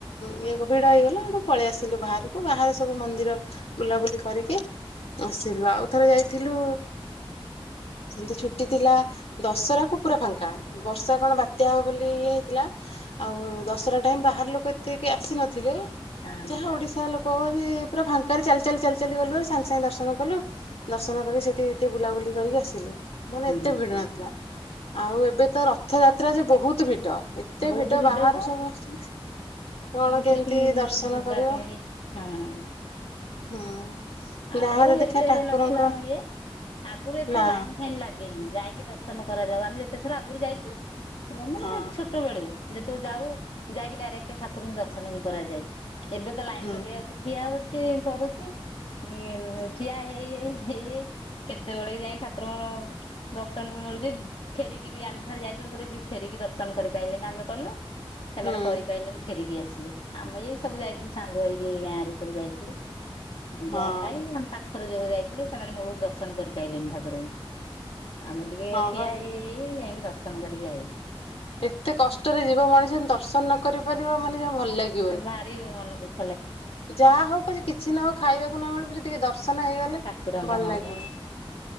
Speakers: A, on the left; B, on the left.
A: ଇଏ ଏକ ଭିଡ ହେଇଗଲା ଆଠୁ ପଳେଇ ଆସିଲୁ ବାହାରକୁ ବାହାରେ ସବୁ ମନ୍ଦିର ବୁଲାବୁଲି କରିକି ଆସିଲୁ ଆଉ ଥରେ ଯାଇଥିଲୁ ସେମିତି ଛୁଟି ଥିଲା ଦଶହରା କୁ ପୁରା ଫାଙ୍କା ବର୍ଷା କଣ ବାତ୍ୟା ହବ ବୋଲି ଇ ହେଇଥିଲା ଆଉ ଦଶହରା ଟାଇମ୍ ବାହାର ଲୋକ ଏତେ ଆସିନଥିଲେ
B: ହଁ।
A: ଯାହା ଓଡିଶା ଲୋକ ପୁରା ଭାଙ୍କ କରେ ଚାଲି ଚାଲି ଚାଲି ଚାଲି ଗଲୁ ଆ ସାଙ୍ଗେ ସାଙ୍ଗେ ଦର୍ଶନ କଲୁ ଦର୍ଶନ କରି ସେଇଠି ଟିକେ ବୁଲାବୁଲି କରିକି ଆସିଲୁ ମାନେ
B: ହୁଁ।
A: ଏତେ ଭିଡ ନଥିଲା ଆଉ ଏବେ ତ ରଥଯାତ୍ରା ଯେ ବହୁତ ଭିଡ ଏତେ
B: ବହୁତ
A: ଭିଡ଼
B: ଭିଡ
A: ବାହାରୁ
B: ତ
A: ସବୁ ଆସିଛନ୍ତି କଣ କେମିତି
B: ସେଠି
A: ଦର୍ଶନ
B: କି ଯିବା
A: କରିବ
B: ପାଇଁ ହଁ
A: ହୁଁ ଯାହା
B: ଆଗରୁ
A: ଯଦି ଦେଖିବା
B: ଏତେ
A: ଠାକୁରଙ୍କ
B: ନଥିଲା ମ ଇଏ ଆଗରୁ ଏତେ
A: ନା
B: ଲାଇନ ଫାଇନ୍ ଲାଗେନି ଯାଇ ଦର୍ଶନ କରାଯାଉ ଆମେ ଯେତେ ଥର ଆଗରୁ ଯାଇଛୁ ଏମାନେ
A: ହଁ
B: ଛୋଟ ବେଳେ ବି ଯେତେବେଳେ ଯାଉ ଯାଇକି ଡାଇରେକ୍ଟ ଠାକୁରଙ୍କୁ ଦର୍ଶନ ହିଁ କରାଯାଏ ଏବେ ତ ଲାଇନ
A: ହୁଁ
B: ଲଗେୟାକୁ ଠିଆ ହଉଛି ପଡୁଛି ଉଁ ଠିଆ ହେଇ ହେଇ ହେଇ କେତେ ବେଳେ ଯାଇ ଠାକୁରଙ୍କ ଦର୍ଶନ ଫେରିକି ବି ଆମେ ଥରେ ଯାଇଥିଲୁ ଥରେଦି ଫେରିକି ଦର୍ଶନ କରିପାଲିନି ଆମେ କଲୁ ସେମାନେ
A: ହୁଁ
B: କରିପାରିଲେନି ଫେରିକି ଆସି ଆମେ ଏ ସବୁ ଯାଇଥିଲୁ ସାଙ୍ଗୋ ହୋଇକି ଏ ଗାଁ ରେ ସବୁ ଯାଇଥିଲୁ
A: ହଁ
B: ଯାଆ ପାଇଁ ଆମ ପାଖ ଥରେ ଯୋଉ ଯାଇଥିଲେ ସେମାନେ ମୂଳରୁ ଦର୍ଶନ କରିପାରଲେନି ଠାକୁରଙ୍କୁ ଆମେ ଟିକେ
A: ହଁ
B: ଏ ଠିଆ
A: ବା।
B: ହେଇ ହେଇ ଯାଇକି ଦର୍ଶନ କରିକି ଆଇଲୁ
A: ଏତେ କଷ୍ଟରେ ଯିବ ମଣିଷ କିନ୍ତୁ ଦର୍ଶନ ନ କରି ପାରିବ ମାନେ ଜମା ଭଲ ଲାଗିବନି।
B: ଏ ଭାରି ମନ ଦୁଃ
A: ଯାହା ହଉ ପଛେ କିଛି ନ ହଉ ଖାଇବାକୁ ନ ମିଳୁ ପଛେ ଟିକେ ଦର <unintelligible> ହେଇଗଲେ
B: ଠାକୁରଙ୍କ
A: ଭଲ
B: ହଁ
A: ଲାଗିବନି।
B: ବା